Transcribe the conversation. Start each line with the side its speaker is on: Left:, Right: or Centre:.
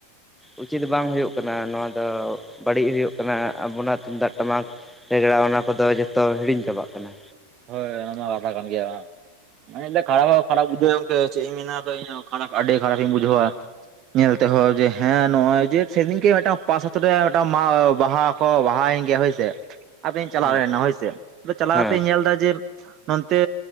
Centre: ᱩᱪᱤᱛ ᱵᱟᱝ ᱦᱩᱭᱩᱜ ᱠᱟᱱᱟ ᱱᱚᱣᱟ ᱫᱚ ᱵᱟᱹᱲᱤᱡ ᱦᱩᱭᱩᱜ ᱠᱟᱱᱟ ᱟᱵᱚᱱᱟᱜ ᱛᱩᱢᱫᱟᱜ ᱴᱟᱢᱟᱠ ᱨᱮᱜᱽᱲᱟ ᱚᱱᱟ ᱠᱚᱫᱚ ᱡᱚᱛᱚ ᱦᱤᱲᱤᱧ ᱪᱟᱵᱟᱜ ᱠᱟᱱᱟ
Right: ᱦᱳᱭ ᱚᱱᱟᱢᱟ ᱠᱟᱛᱷᱟ ᱠᱟᱱ ᱜᱮᱭᱟ ᱢᱟᱱᱮ ᱠᱷᱟᱨᱟᱯ ᱦᱚ ᱠᱷᱟᱨᱟᱯ ᱵᱩᱡᱷᱟᱹ ᱜᱟ ᱪᱮᱫ ᱤᱧ ᱢᱮᱱᱟᱧ ᱟᱫᱚ ᱤᱧ ᱦᱚ ᱠᱷᱟᱨᱟᱯ ᱟᱹᱰᱤ ᱠᱷᱟᱨᱟᱯᱤᱧ ᱵᱩᱡᱷᱟᱹᱣᱟ ᱧᱮᱞ ᱛᱮᱦᱚᱸ ᱡᱮ ᱦᱮᱸ ᱱᱚᱜ ᱚᱚᱭ ᱡᱮ ᱥᱮᱫᱤᱱ ᱠᱮ ᱢᱤᱫᱴᱟᱝ ᱯᱟᱥ ᱟᱹᱛᱩ ᱨᱮ ᱢᱤᱫᱟᱝ ᱢᱟ ᱵᱟᱦᱟ ᱵᱟᱦᱟᱭᱮᱱ ᱜᱮᱭᱟ ᱦᱳᱭᱥᱮ ᱟᱫᱚᱧ ᱪᱟᱞᱟᱣ
Centre: ᱦᱮᱸ
Right: ᱞᱮᱱᱟ ᱦᱚᱭᱥᱮ ᱟᱫᱚ ᱪᱟᱞᱟᱣ
Centre: ᱦᱮᱸ
Right: ᱠᱟᱛᱮᱧ ᱧᱮᱞ ᱮᱫᱟ ᱡᱮ ᱱᱚᱱᱛᱮ